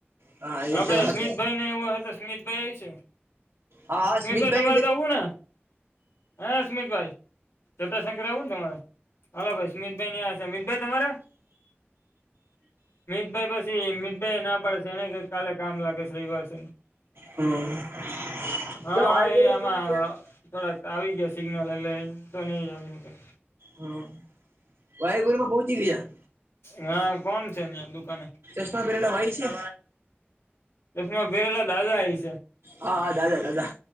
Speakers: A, on the right; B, on the left.
A: હા એ
B: આપડે
A: તો સાચી
B: સ્મિતભાઈ
A: વાત
B: ને એવો હ તો સ્મિતભાઈ આવી છે.
A: હા હા
B: સ્મિતભાઈ તમારે
A: લે
B: તો આવું ને? હા સમિતભાઈ ચટાશંકર આવું ને તમારે હલો ભાઈ સ્મિતભાઈ યા છે અમિતભાઈ તમારે મભાઈ પી મી ના પડે છે એને કાલે કામ લાગે છે રવિવાસે
A: હમ
B: હા
A: જો વાાઈગુર
B: એ
A: બા
B: આમાં
A: બુ બી જ છે.
B: થોડાક આવી ગયા સિગ્નલ એટલે તો નહી આવીયા
A: હા વાહેગુરુ માં પહચી ગયાયા
B: હા કોણ છે હં દુકાને
A: ચશ્મા પરેલા ભાઈ છે?
B: ચશ્મા પેરેલા દાદા આવી છે.
A: હા દાદા દાદા